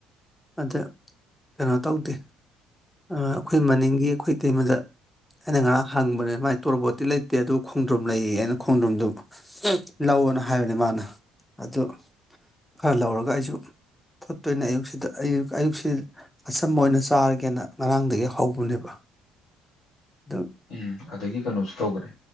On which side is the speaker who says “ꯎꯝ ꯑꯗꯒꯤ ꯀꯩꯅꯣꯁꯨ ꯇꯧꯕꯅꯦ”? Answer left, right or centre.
Left